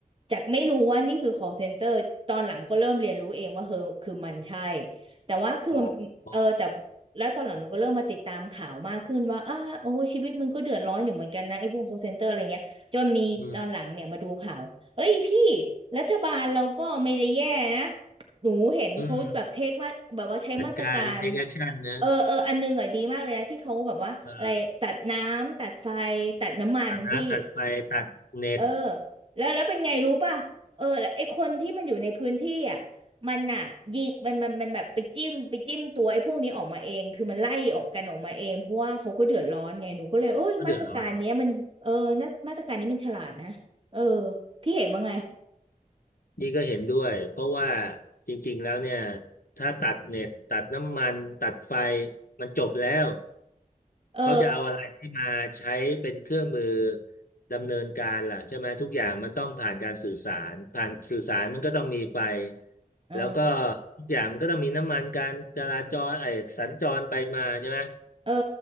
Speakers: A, on the right; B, on the left.
A: จากไม่รู้ว่านี่คือ call center ตอนหลังก็เริ่มเรียนรู้เองว่าเออคือมันใช่แต่ว่าคือมันเออแต่
B: อ๋อกอ๋อก
A: แล้วตอนหลังหนูก็เริ่มมาติดตามข่าวมากขึ้นว่าอ้าโอ้ยชีวิตมันก็เดือดร้อนอยู่เหมือนกันนะไอ้พวก call center อะไรเงี้ยจนมีตอนหลังเนี่ยมาดูข่าวเอ้ยพี่
B: อืม
A: รัฐบาลเราก็ไม่ได้แย่นะ หนูเห็นเขาแบบเทคมาแบบว่าใช้มาตรการ
B: อืมจัดการ take action นะ
A: เออเอออันนึงอ่ะดีมากเลยนะที่เขาแบบว่าอะไรตัดน้ำตัดไฟ
B: เออ
A: ตัดน้ำมันพี่
B: ตัดน้ำตัดไฟตัดเน็ต
A: เออแล้วแล้วเป็นไงรู้ป่ะเออแล้วไอ้คนที่มันอยู่ในพื้นที่อ่ะมันอ่ะยิงมันมันมันแบบไปจิ้มไปจิ้มตัวไอ้พวกนี้ออกมาเองคือมันไล่ออกกันออกมาเองเพราะว่าเขาก็เดือดร้อนไงหนูก็เลยโอ้ยมาตรการเนี้ยมันเออนามาตรการนี้มันฉลาดนะเออ
B: ก็เดือดร้อน
A: พี่เห็นว่าไง
B: นี่ก็เห็นด้วยเพราะว่าจริงๆแล้วเนี่ยถ้าตัดเน็ตตัดน้ำมันตัดไฟมันจบแล้ว
A: เออ
B: เขาจะเอาอะไรที่มาใช้เป็นเครื่องมือดำเนินการล่ะใช่ไหมทุกอย่างมันต้องผ่านการสื่อสารผ่านสื่อสารมันก็ต้องมีไฟ
A: เออ
B: แล้วก็ทุกอย่างมันก็ต้องมีน้ำมันการจราจรไอ้สัญจรไปมาใช่ไหม
A: เออ